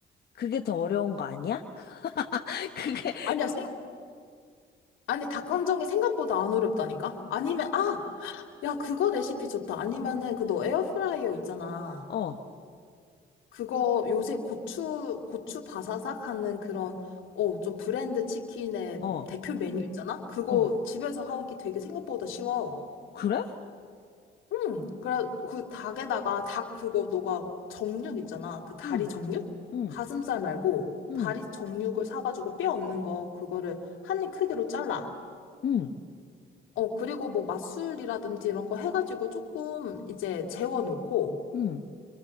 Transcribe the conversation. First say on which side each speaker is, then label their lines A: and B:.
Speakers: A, on the left; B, on the left.
A: 그게 더 어려운 거 아니야? <laughs> 그게,
B: 아니야, 생, 아니, 닭강정이 생각보다 안 어렵다니까? 아니면, 아! 야, 그거 레시피 좋다. 아니면은, 그 너 에어프라이어 있잖아.
A: 어,
B: 그거 요새 고추, 고추 바사삭 하는 그런, 어, 좀 브랜드 치킨의
A: 어,
B: 대표 메뉴 있잖아? 그거
A: 어.
B: 집에서 하기 되게 생각보다 쉬워.
A: 그래?
B: 응. 그래, 그 닭에다가 닭 그거 너가 정육 있잖아. 그 다리
A: 응,
B: 정육?
A: 응,
B: 가슴살 말고
A: 응,
B: 다리 정육을 사가지고 뼈 없는 거 그거를 한입 크기로 잘라.
A: 응,
B: 어, 그리고 뭐 맛술이라든지 이런 거 해가지고 조금 이제 재워놓고,
A: 응.